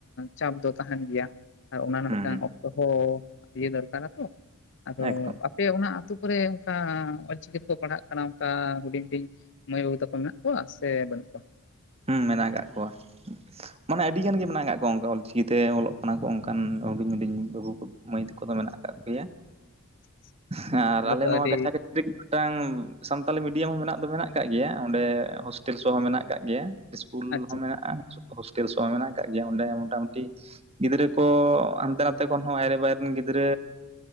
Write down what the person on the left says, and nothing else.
ᱪᱟᱯ ᱫᱚ ᱛᱟᱦᱮᱸ ᱠᱟᱱ ᱜᱮᱭᱟ ᱟᱨ ᱚᱱᱟ ᱨᱮᱱᱟᱜ
ᱢᱤᱫᱴᱟᱝ
ᱚᱠᱛᱚ ᱦᱚᱸ ᱤᱭᱟᱹ ᱫᱚᱨᱠᱟᱨ ᱛᱚ ᱟᱫᱚ
ᱟᱯᱮ ᱚᱱᱟ ᱟᱛᱳ ᱠᱚᱨᱮ ᱚᱱᱠᱟ ᱚᱞᱪᱤᱠᱤ ᱛᱮᱠᱚ ᱯᱟᱲᱦᱟᱜ ᱠᱟᱱᱟ ᱚᱱᱠᱟ ᱦᱩᱰᱤᱧ ᱦᱩᱰᱤᱧ ᱢᱟᱹᱭ ᱵᱟᱹᱵᱩ ᱛᱟᱠᱚ ᱢᱮᱱᱟᱜ ᱠᱚᱣᱟ ᱥᱮ ᱵᱟᱹᱱᱩᱜ ᱠᱚᱣᱟ
<inaudible>
ᱛᱚ
ᱟᱹᱰᱤ
ᱟᱪᱪᱷᱟ